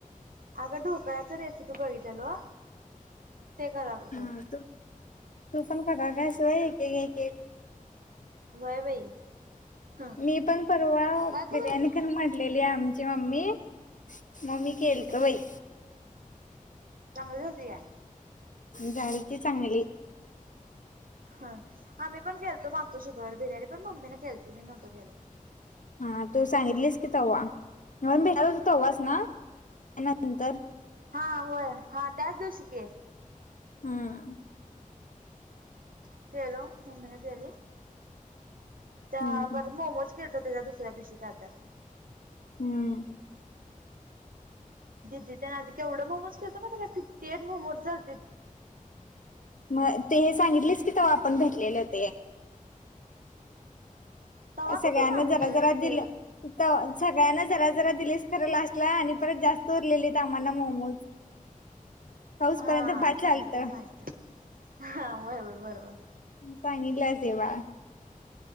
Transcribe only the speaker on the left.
हा तू तू पण एक एक एक एक
मी पण परवा
बिर्याणी करून मांडलेली आमची मम्मी केलतो
बाई
झालती चांगली
हा तू सांगितलीस की त्हा म्हणून भेटला होत त्हाच ना त्या नंतर
हम
हम्म
हम्म
मग ते हे सांगितलेच की तेव्हा आपण भेटलेले होते
सगळ्यांना
जरा जरा
दिलं सगळ्यांना जरा जरा दिलीस खरंल असला आणि परत जास्त उरलेलेत आम्हाला मोमोज पाऊसपर्यंत
भात
झालत
<unintelligible>